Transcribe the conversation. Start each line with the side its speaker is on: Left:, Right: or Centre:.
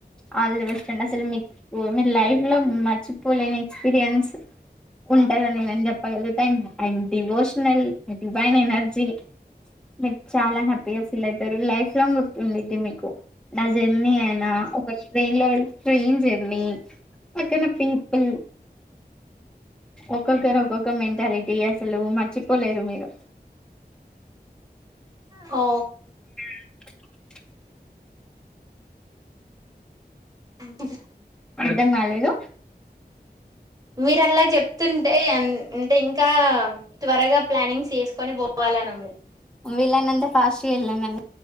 Centre: ఆల్ ద బెస్ట్ స్టాండ్ అసలు మీకు మీ లైవ్ లో మర్చిపోలేని ఎక్స్పీరియన్స్ ఉంటదని నేను చెప్పగలుగుతా యి డివోషనల్ దేవైన్ ఎనర్జీ మీ చాలా హ్యాపీగా ఫీల్ అయితారు లైఫ్ లాంగ్ గుర్తుంది మీకు నా జర్నీ అయన ఒకళ ట్రైన్ లో వెళ్ళ ట్రెయిన్ జెర్నీ అక్కన పీపుల్ ఒక్కొక్కరు ఒక్కొక్క మెంటాలిటీ అసలు మర్చిపోలేరు మీరు
Right: ఓ
Centre: <inaudible>
Right: అంటే
Centre: అర్ధం కాలేదు
Right: మీరు అలా చెప్తుంటేయి అంటే ఇంకా ఇంకా త్వరగా ప్లానింగ్స్ చేసుకొని పోవాలని ఉంది
Centre: వీళ్ళైనంతా ఫాస్టుగా వెళ్ళండిని